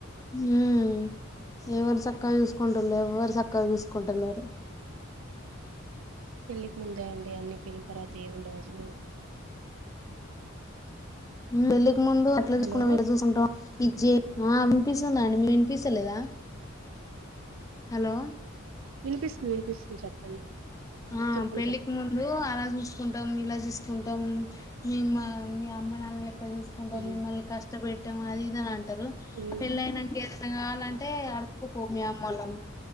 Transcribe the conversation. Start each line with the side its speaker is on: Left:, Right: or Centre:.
Left: హమ్ ఎవరు చక్కగ చూసుకుంటుళ్లేరు ఎవరు చక్కగా చూసుకుంట లేరు
Right: పెళ్ళికి ముందే అండి అన్ని పెళ్లి తర్వాత ఏమి ఉండవ్ అసలు
Left: మ్మ్ పెళ్ళి ఇ ముందు అట్లా చూసుకుంటాం
Right: హలో
Left: ఇట్ట చూసుకుంటాం ఇజే ఆ వినిపిస్తుది అండి మీ వినిపిస్తలేదా హాలో
Right: వినిపిస్తుంది వినిపిస్తుంది చెప్పండి
Left: ఆ
Right: చెప్పండి
Left: పెళ్లికి
Right: చెప్పండి
Left: ముందు ఆలోచిస్ కుంటాం ఇలా చుస్ కుంటం మేం మా మీ అమ్మానాన్నలే ఇట్లా చూసుకుంటం
Right: ఉమ్,
Left: మిమ్మల్ని కష్టపెట్టం అది ఇది అని అంటరు
Right: ఉమ్,
Left: పెళ్లి ఐనంక ఎమైనా కావాలి అని అంటే అడుక్కో పో మీ అమ్మఒళ్లను